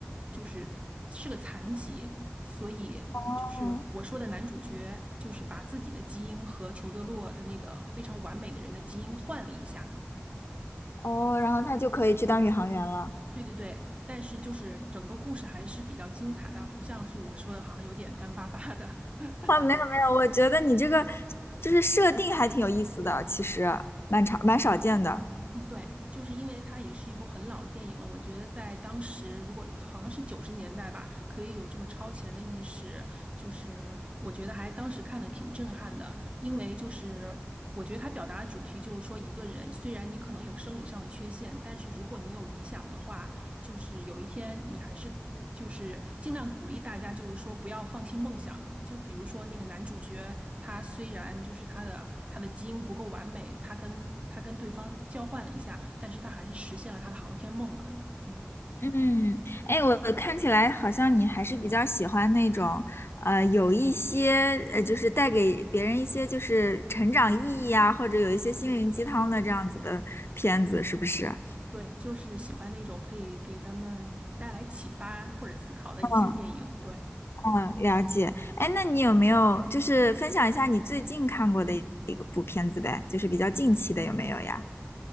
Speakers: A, on the right (about 30°); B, on the left (about 70°).
A: 就是是个残疾，所以就是我说的男主角，
B: 嗯。
A: 就是把自己的基因和裘德洛的那个非常完美的人的基因换了一下。
B: 哦，然后他就可以去当宇航员了。
A: 对对对，但是就是整个故事还是比较精彩的，不像是我说的，好像有点干巴巴的。<laughs>
B: 啊，没有没有，我觉得你这个就是设定还挺有意思的，其实蛮常蛮少见的。
A: 嗯，对，就是因为它也是一部很老的电影了，我觉得在当时，如果好像是九十年代吧，可以有这么超前的意识，就是我觉得还当时看的挺震撼的，因为就是我觉得他表达的主题就是说，一个人虽然你可能有生理上的缺陷，但是如果你有理想的话，就是有一天你还是。就是尽量鼓励大家，就是说不要放弃梦想。就比如说那个男主角，他虽然就是他的他的基因不够完美，他跟他跟对方交换了一下，但是他还是实现了他的航天梦吧。嗯。
B: 嗯，哎，我看起来好像你还是比较喜欢那种，呃，有一些呃，就是带给别人一些就是成长意义啊，或者有一些心灵鸡汤的这样子的片子，是不是？
A: 对，就是喜欢那种可以给咱们带来启发或者思考的一些电影。
B: 嗯，
A: 对，
B: 嗯，了解。哎，那你有没有就是分享一下你最近看过的一个部片子呗？就是比较近期的有没有呀？